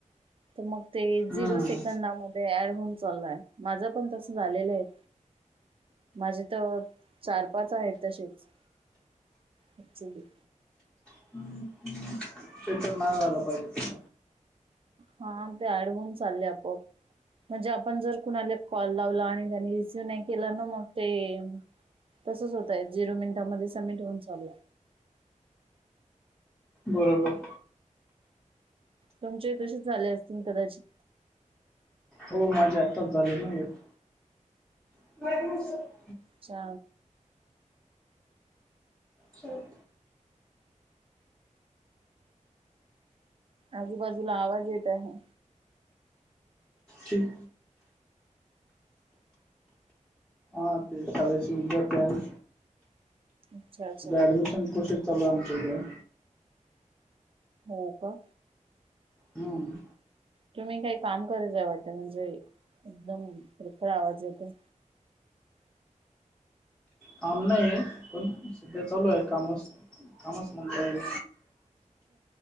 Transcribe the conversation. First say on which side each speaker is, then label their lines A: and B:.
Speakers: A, on the right (about 45°); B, in the centre.
A: तर मग ते
B: हम्म.
A: झिरो सेकंदामध्ये ऍड होऊन चाललाय माझं पण तसं झालेलं आहे माझे तर चार, पाच आहेत तसेच ऍक्च्युली
B: <inaudible> नाही तर नाही व्हायला पाहिजे
A: हा ते ऍड होऊन चालले आपोआप म्हणजे आपण जर कोणाला कॉल लावला आणि त्यानी रिसिव्ह नाही केला ना मग ते तसच होतय झिरो मिनिटामध्ये समिट होन चालला
B: बरोबर
A: तुमचे ही तसेच झाले असतील कदाचित
B: हो माझे आत्ताच झालं नाही आहेत <inaudible>
A: अच्छा
B: चल
A: आजूबाजूला आवाज येत आहे
B: ठीक हा ते शाळेचे विद्यार्थी आहे ना
A: अच्छा अच्छा
B: तुझा ऍडमिशन कूषित चालू आमच्या इकड.
A: हो का.
B: हम्म
A: तुम्ही काही काम करायचं वाटतं म्हणजे एकदम करकर आवाज येतोय
B: काम नाहीय पण सध्या चालू आहे काम कामच म्हणता येल